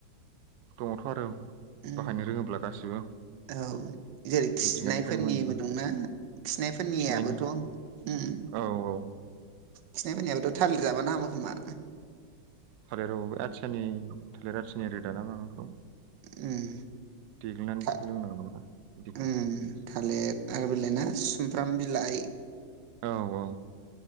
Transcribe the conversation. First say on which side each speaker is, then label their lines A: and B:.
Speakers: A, on the right; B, on the right.
A: दङथ' आरो बाहायनो
B: उम
A: रोङोब्ला गासिबो
B: औ जेरै खिनायफोरनिबो
A: मिथिंगानिफ्रायनो मोनजोबो
B: दंना खिनायफोरनियाबोथ'
A: खिनायनि
B: उम
A: औ <inaudible>
B: खिनाय फोरनियाबोथ' थालिर जाबानो हामो खोमा
A: थालिराव आथियानि थालिर आथियानि रोदा ना माखौ?
B: उम
A: देग्लिनानै
B: था
A: लोंनांगौ ना बिदैखौ
B: उम थालिर आरो बिलायना सुमफ्राम बिलाइ
A: औ औ।